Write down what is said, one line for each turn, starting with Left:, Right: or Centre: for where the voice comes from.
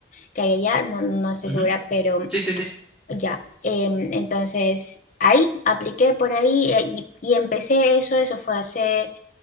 Left: que hay allá, no, no estoy
Centre: Ujú.
Left: segura, pero
Centre: Sí, sí, sí.
Left: ya. Em, entonces, ahí apliqué por ahí eh, y, y empecé eso, eso fue hace